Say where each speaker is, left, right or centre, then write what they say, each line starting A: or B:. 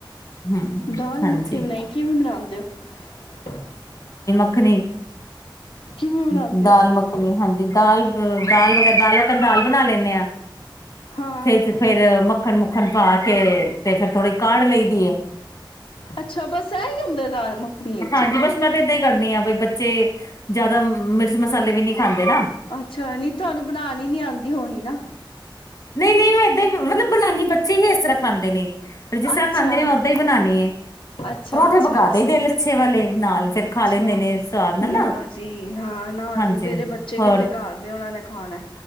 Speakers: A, on the left (about 45°); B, on the left (about 80°).
A: ਹੂੰ,
B: ਦਾਲ
A: ਹਾਂਜੀ,
B: ਮੱਖਣੀ ਬਣਾਈ ਕਿਵੇਂ ਬਨਉਦੇ ਹੋ।
A: ੱਖ ਨਹੀਂ
B: ਕਿਵੇਂ ਬਣਾਉਂਦੇ
A: <unintelligible> ਦਾਲ
B: ਹੋ
A: ਮੱਖਣੀ ਹਾਂਜੀ ਦਾਲ ਦਾਲ ਵਗੈਰਾ ਦਾਲ ਆਪ ਦਾਲ ਬਣਾ ਲੈਂਦੇ ਹਾਂ
B: ਹਾਂ
A: ਫੇ ਫੇਰ ਮੱਖਣ ਹਨ <unintelligible> ਮੱਖਣ ਪਾ ਕੇ ਤੇ ਫੇਿਰ ਥੋੜ੍ਹੀ ਕਾੜ ਲਈ ਦੀਏ
B: ਅੱਛਾ ਬਸ ਇਹ ਹੀ ਹੁੰਦਾ ਦਾਲ ਮੱਖਣੀ ਵਿੱਚ
A: ਹਾਂਜੀ ਬਸ ਮੈਂ ਤੇ ਏਦਾਂ ਹੀ ਕਰਨੀ ਆ ਬਈ ਬੱਚੇ ਜਿਆਦਾ ਮਸਾਲੇ ਵੀ ਨਹੀਂ ਖਾਂਦੇ ਨਾ
B: ਅੱਛਾ ਨਹੀਂ ਤੁਹਾਨੂੰ ਬਣਾਉਣ ਨੀ ਆਉਂਦੀ ਹੋਣੀ ਨਾ
A: ਨਹੀਂ -ਨਹੀਂ ਮੈਂ ਇਏਦਾਂ ਮਤਲਬ ਬਲਾਨੀ ਬੱਚੇ ਹੀ ਇਸ ਤਰ੍ਹਾਂ ਖਾਂਦੇ ਨੇ ਪਰ ਜਿਸ ਤਰ੍ਹਾਂ
B: ਅੱਛਾ
A: ਖਾਂਦੇ ਨੇ ਮੈਂ ਓਦਾਂ ਹੀ ਬਣਾਣੀ ਏ।
B: -ਅੱਛਾ
A: ਪਰੌਂਠੇ
B: -ਅੱਛਾ
A: ਪਕਾ
B: -ਅੱਛਾ
A: ਦਈ ਦੇ ਲੱਛੇ ਵਾਲੇ
B: -ਅੱਛਾ
A: ਨਾਲ ਫੇਰ ਖਾ ਲੈਂਦੇ ਨੇ ਸਵਾਦ
B: ਨਾ
A: ਨਾਲ
B: ਜੀ ਹਾਂ ਨਾ
A: ਹਾਂਜੀ।
B: ਜੀ ਮੇਰੇ ਬੱਚੇ
A: ਹੋਰ
B: ਕਿੱਥੇ ਘਰ ਦੇ ਹੋਣਾ ਖਾਣਾ-